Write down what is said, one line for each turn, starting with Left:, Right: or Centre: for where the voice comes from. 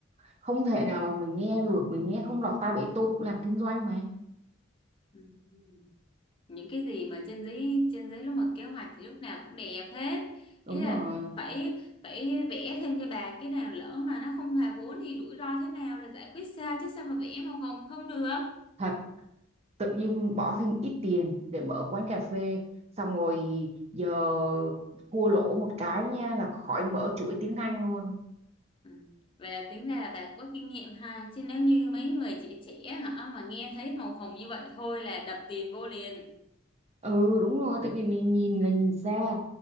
Right: không thể nào mà mình nghe được mình nghe không lọt tai vậy tôi cũng làm kinh doanh mà
Left: Ừ. những cái gì mà trên giấy trên giấy lúc mà kế hoạch thì lúc nào cũng đẹp hết
Right: đúng
Left: ý là
Right: rồi
Left: phải phải vẽ thêm cho bà cái nào lỡ mà nó không hòa vốn thì rủi ro thế nào là giải quyết sao chứ sao mà vẽ mà không không được
Right: thật tự dưng bỏ thêm ít tiền để mở quán cà phê xong rồi giờ thua lỗ một cái nha là khỏi mở chuỗi tiếng Anh luôn
Left: Ừ. Vậy là tính ra là bạn có kinh nghiệm ha chứ nếu như mấy người trẻ trẻ hả mà nghe thấy màu hồng như vậy thôi là đập tiền vô liền
Right: ừ đúng rồi tại vì mình nhìn là nhìn xa